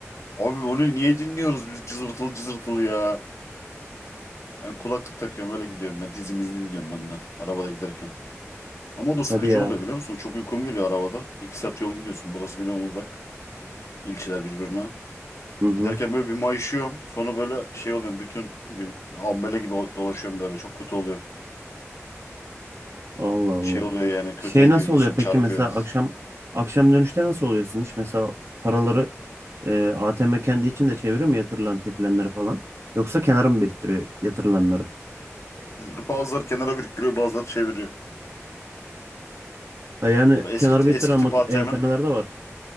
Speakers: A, on the left; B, on the right.
A: Abi onu niye dinliyoruz biz cızırtılı cızırtılı ya? Ben kulaklık takıyorum öyle gidiyorum ya. Dizimi izliyorum ben de arabada giderken. Ama o da sıkıcı
B: Hadi ya.
A: oluyor biliyor musun? Çok uykum geliyor arabada. İki saat yol gidiyorsun. Burası biliyorum uzak. İlçeler birbirine.
B: Hı hı.
A: Giderken böyle bir mayışıyorum. Sonra böyle şey oluyorum bütün gün. Ambele gibi o- dolaşıyorum böyle. Çok kötü oluyor.
B: Allah Allah.
A: Şey oluyor yani kötü
B: Şey
A: ediyor
B: nasıl
A: insan
B: oluyor peki
A: çarpıyor.
B: mesela akşam akşam dönüşte nasıl oluyor sizin iş? Mesela paraları e, ATM kendi içinde çeviriyor mu yatırılan çekilenleri falan? Yoksa kenara mı biriktiriyor yatırılanları?
A: <laughs> Bazıları kenara biriktiriyor bazıları çeviriyor.
B: Ha yani
A: Eski,
B: kenar
A: eski
B: bettiren
A: tip
B: maki-
A: ATM
B: EYTM'ler de var.